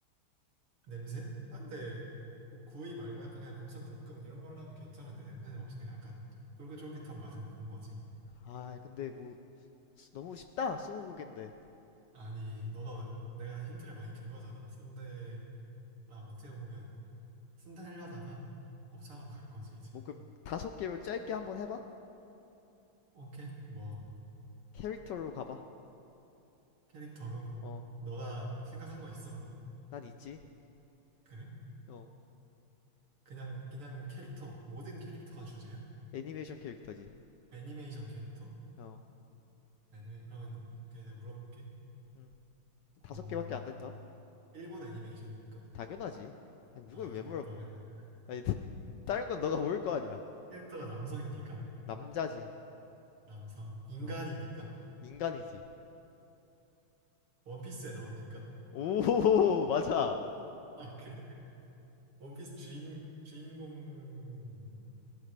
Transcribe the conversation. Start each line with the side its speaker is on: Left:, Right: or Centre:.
Right: 냄새? 근데
Left: 음.
Right: 구, 구이 말고 약간 그냥 곱창 볶음 이런 걸로 하면 괜찮은데 냄새 없이 그냥 약간 쫄깃쫄깃한 맛에 먹는 거지.
Left: 아 근데 뭐 수- 너무 쉽다 스무고개인데
Right: 아니, 너가 왜- 내가 힌트를 많이 준 거잖아. 순대랑 어떻게 보면 순대 하려다가 곱창으로 간 거지, 이제.
Left: 뭐 그럼 다섯 개로 짧게 한번 해봐
Right: 오케이, 뭐,
Left: 캐릭터로 가봐
Right: 캐릭터로.
Left: 어
Right: 너가 생각한 거 있어, 그럼?
Left: 난 있지
Right: 그래?
Left: 어
Right: 그냥, 그냥 캐릭터, 모든 캐릭터가 주제야?
Left: 애니메이션 캐릭터지
Right: 애니메이션 캐릭터?
Left: 어
Right: 애니메, 그러면, 그냥 내가 물어볼게.
Left: 음.
Right: 어,
Left: 다섯 개밖에 안 된다?
Right: 일본 애니메이션입니까?
Left: 당연하지. 아니,
Right: 아,
Left: 이걸 왜
Right: 그럼
Left: 물어봐?
Right: 당연한.
Left: 아니, <laughs> 다른 건 너가 모를 거 아니야.
Right: 캐릭터가 남성입니까?
Left: 남자지.
Right: 남성. 인간입니까?
Left: 어, 인간이지.
Right: 원피스에 나옵니까?
Left: 오, <laughs> 맞아.
Right: 아, 그래. 원피스 주인, 주인공,